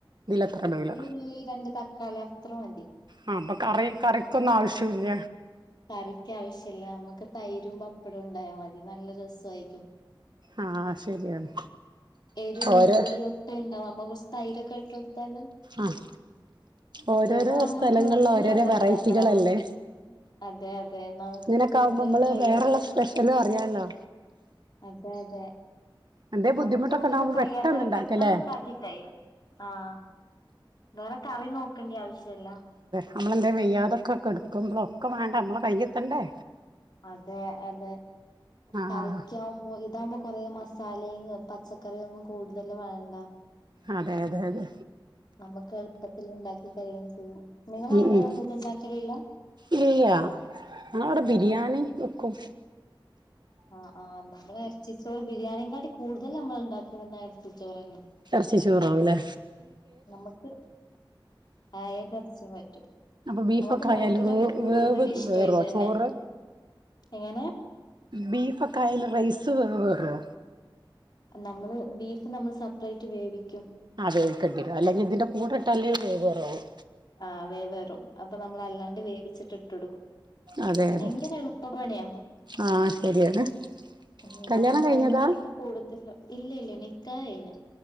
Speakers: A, on the right; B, on the left.
A: ഇതിലത്ര ഇടൂല
B: ഒരു ഉള്ളി രണ്ട് തക്കാളി അത്ര മതി
A: ആ അപ്പൊ കറി കറിക്കൊന്നും ആവശ്യം ഇല്ല
B: കറിക്ക ആവശ്യല്ല നമുക്ക് തൈരും പപ്പടവും ഉണ്ടായാൽ മതി നല്ല രസമായിരിക്കും
A: ആഹ് ശരിയാണ്
B: എരും
A: ഓരോ
B: പുളിയൊക്കെ ഉണ്ടാവും നമ്മ തൈരൊക്കെ ഇട്ട് കൊടുത്താലും
A: ആഹ് ഓരോരോ
B: ഇവിടെ നമ്മൾ
A: സ്ഥലങ്ങളിൽ
B: കൂടുതലും
A: ഓരോരോ
B: അതാ
A: വെറൈറ്റികളല്ലേ
B: ഉണ്ടാക്ക നമുക്ക് അതെ അതെ നമുക്ക്
A: ഇങ്ങനൊക്കെ
B: കൂടുതൽ
A: ആകുമ്പോ നമ്മള്
B: കഴ്യാത്തരൊക്കെ
A: വേറെള്ള സ്പെഷ്യലും അറിയാലോ
B: അതെ അതെ
A: എന്തേ ബുദ്ധിമുട്ടൊക്കെ
B: നമുക്ക് ഇവിടെക്കെ
A: ഉണ്ടാകുമ്പോ
B: കഴിയാത്തവരു
A: പെട്ടെന്ന് ഉണ്ടാക്കല്ലേ
B: പെട്ടന്ന് ഇണ്ടാക്കി കഴിയും ആഹ് വേറെ കറി നോക്കേണ്ട ആവശ്യല്ല
A: നമ്മളെന്താ വെയ്യാതൊക്കെക്കെടുക്ക്പളൊക്കെ വേണ്ട നമ്മള കൈയെത്തണ്ടേ
B: അതെ അതെ
A: ആഹ്
B: കറിക്കാവുമ്പോ ഇതാമ്പോ കുറെ മസാലയും പച്ചക്കറിയും ഒന്നും കൂടുതല് വേണ്ട
A: അതെ അതെ അതെ
B: നമ്മുക്ക് എളുപ്പത്തിൽ ഉണ്ടാക്കി കഴിയും ചെയ്യാം നിങ്ങ
A: ഉം
B: അവിടെ
A: ഉം
B: ഒന്നും ഇത്ണ്ടാക്കലില്ല
A: ഇല്ല ഞങ്ങളവിടെ ബിരിയാണി വെക്കും
B: ആഹ് ആഹ് നമ്മൾ ഇറച്ചിച്ചോർ ബിരിയാണിയേ കാട്ടി കൂടുതൽ നമ്മൾ ഉണ്ടാക്കി <unintelligible> ഇറച്ചിച്ചോർന്നെ
A: ച്ചിച്ചോറോ എല്ലേ
B: നമുക്ക് ആഹ് ഏതർച്ചിം പറ്റും
A: അപ്പൊ ബീഫൊക്കെ
B: നമുക്ക് നോമ്പിനൊക്കെ
A: ആയാലല് വേ
B: കൂടുതൽ
A: വേവ്
B: ഇഷ്ടം
A: വേറുവോ
B: ഇതന്നെ
A: ചോറ്
B: എങ്ങനെ
A: ബീഫൊക്കൊയാൽ റൈസ് വേ വേറോ
B: നമ്മള് ബീഫ് നമ്മള് സെപ്പറേറ്റ് വേവിക്കും
A: ആത്ഴിക്കേണ്ടി വരും അല്ലെങ്കിൽ ഇതിന്റെ കൂടെ ഇട്ടാല് വെവേറാവും
B: ആഹ് വേ വെറും അപ്പൊ നമ്മള് അല്ലാണ്ട് വേവിച്ചിട്ട് ഇട്ടൊടുക്കും
A: അതെ അതെ
B: ഭയങ്കര എളുപ്പപ്പണിയാ
A: ആഹ് ശരിയാണ്
B: ഉം
A: കല്യാണം
B: നമ്മള്നോമ്പിനൊക്കെ
A: കഴിഞ്ഞതാ
B: കൂടൂതല് ഇല്ലല്ല നിക്കാഹ് കഴിഞ്ഞ